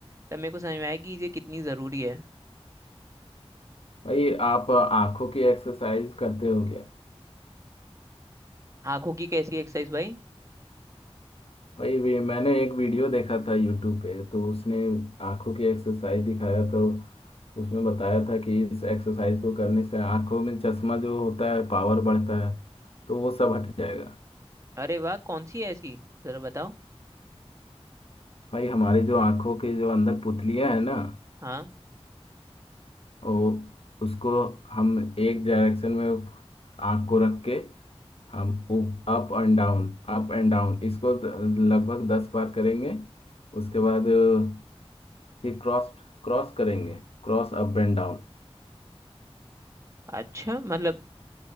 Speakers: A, on the right; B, on the left.
A: तब मेरे को समझ में आया कि ये कितनी जरूरी है
B: भाई आप आंखों की एक्सरसाइज करते हो क्या
A: आंखों की कैसी एक्सरसाइज भाई
B: वही वी- मैंने एक वीडियो देखा था यूट्यूब पे तो उसने आंखों की एक्सरसाइज दिखाया तो उसमें बताया था कि इस एक्सरसाइज को करने से आंखों में चश्मा जो होता है पावर बढ़ता है तो वो सब हट जाएगा
A: अरे वाह कौन सी है ऐसी जरा बताओ
B: भाई हमारी जो आंखों के जो अंदर पुतलियां है ना
A: हाँ
B: वो उसको हम एक डायरेक्शन में आंख को रख के हम up and down up and down इसको द- लगभग दस बार करेंगे उसके बाद अ, फिर क्रॉस क्रॉस करेंगे क्रॉस अप एंड डाउन
A: अच्छा मतलब